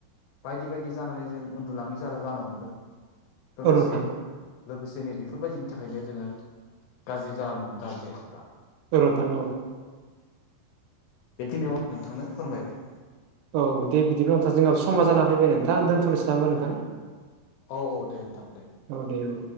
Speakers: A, on the left; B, on the right.
A: बायदि बायदि जानानै जों उन्दुलाङि ज जानो हमदों। लोगोसे
B: औ नोंथां
A: लोगोसेनो बेफोरबायदिनि थाखायनो जोङो गाज्रि जालांनो हमदों आरो देहाफ्रा।
B: <unintelligible>
A: बेखिनियाव आ नोंथांनो फोरमायबाय।
B: औ दे बिदिब्ला नोंथां जोंनाबो समा जाना फैबाय नोंथां दोनथ'नोसै नामा नोंथां?
A: औ औ दे नोंथां दे।
B: औ दे‌औ